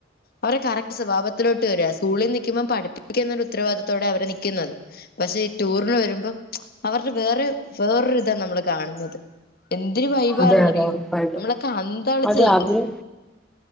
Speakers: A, on the left; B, in the centre.
A: അവടെ കറക്റ്റ് സ്വഭാവത്തിലോട്ട് വരക സ്കൂളിൽ നിൽക്കുമ്പോം പഠിപ്പിക്കുന്നരു ഉത്തരവാദിത്തോടെ അവരെ നക്കുന്നത് പക്ഷെ ഈ ടൂറിന് വരുമ്പം അവരുടെ വേറെ വേറൊരു ഇതാ നമ്മള് കാണുന്നത് എന്തൊരു വൈബാന്ന്
B: അതെ അതെ
A: അറിയോ
B: ഉറപ്പായിട്ടും
A: നമ്മളൊക്കെ അന്തളിച്ചു
B: അതെ
A: നിൽക്കും
B: അവര്